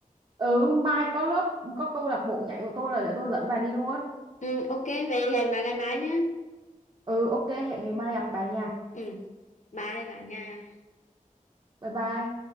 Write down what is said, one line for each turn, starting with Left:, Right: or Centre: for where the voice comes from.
Right: ừ mai có lớp có câu lạc bộ nhảy của tôi là để tôi dẫn bà đi luôn
Left: Ừ, ok, vậy hẹn bà ngày mai nhé.
Right: ừ ok hẹn ngày mai gặp bà nha
Left: Ừ, bye bà nha.
Right: bye bye